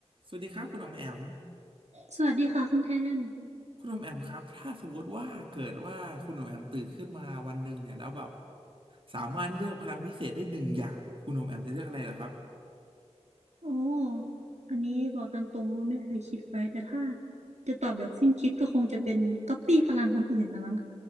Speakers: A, on the right; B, on the right.
A: สวัสดีครับคุณอมแอม
B: สวัสดีค่ะคุณแทน
A: คุณอมแอมครับถ้าสมมติว่าเกิดว่าคุณอมแอมตื่นขึ้นมาวันหนึ่งเนี่ยแล้วแบบสามารถเลือกพลังวิเศษได้หนึ่งอย่างคุณอมแอมจะเลือกอะไรเหรอครับ
B: โอ้อันนี้บอกตามตรงว่าไม่เคยคิดไว้แต่ถ้าจะตอบแบบสิ้นคิดก็คงจะเป็นก๊อปปี้พลังคนอื่นละมั้ง